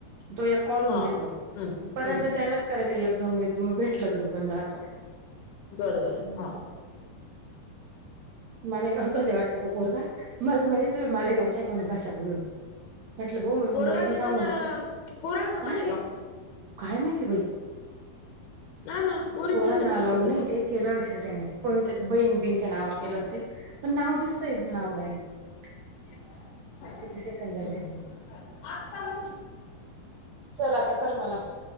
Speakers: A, on the right; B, on the left.
A: तो करून
B: हा
A: देईल मग
B: हम्म
A: परत
B: हम्म
A: जर त्यालाच करायचं एक दोन वेळेस मग भेटलं तर तु बंद असं
B: बरोबर आहे
A: हम्म.
B: हा
A: मालेगावचाच आहे वाटतं तो पोरगा म मध्ये तू मालेगावच्या एका भाषा बोलू म्हटलं भाऊ मी मुंबईची
B: पोरगाचं
A: सांगू
B: पण
A: नको बरं
B: पोरांचं
A: काय
B: पण आहे
A: माहित
B: का
A: काय माहिती बाई
B: ना हा पोरींचच
A: पोरांना
B: आहे ना
A: अलाउड
B: फक्त तिथं
A: नाहीय केलं असेल त्याने कोणीतरी बहीण बींच्या नावावर
B: हा
A: केलं
B: ना
A: असेल पण नाव दिसतोय नाव डायरेक्ट
B: आता
A: किती सेकंड झाले चल आता कर मला